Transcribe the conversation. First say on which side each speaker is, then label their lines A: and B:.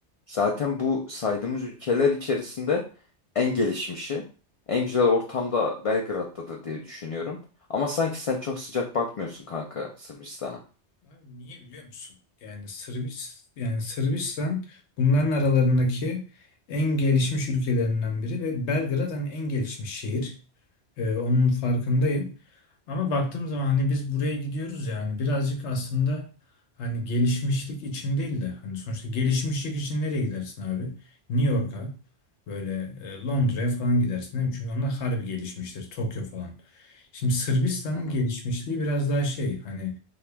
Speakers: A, on the left; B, on the left.
A: zaten bu saydığımız ülkeler içerisinde en gelişmişi. En güzel ortamda Belgrad'dadır diye düşünüyorum. Ama sanki sen çok sıcak bakmıyorsun kanka Sırbistan'a.
B: Abi niye biliyor musun? Yani Sırbis yani Sırbistan bunların aralarındaki en gelişmiş ülkelerinden biri ve Belgrad hani en gelişmiş şehir. Ee, onun farkındayım. Ama baktığım zaman hani biz buraya gidiyoruz yani birazcık aslında hani gelişmişlik için değil de hani sonuçta gelişmişlik için nereye gidersin abi? New York'a böyle e, Londra'ya falan gidersin değil mi? Çünkü onlar harbi gelişmiştir. Tokyo falan. Şimdi Sırbistan'ın
A: Hı hı.
B: gelişmişliği biraz daha şey hani